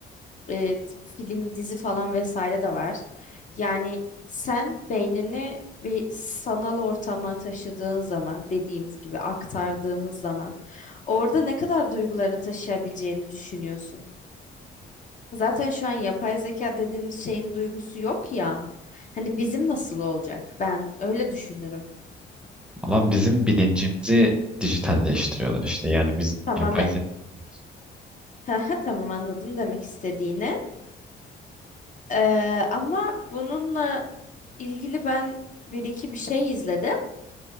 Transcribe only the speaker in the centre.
Ama bizim bilincimizi dijitalleştiriyorlar işte. Yani biz
yapay
zeka bilmiyoruz.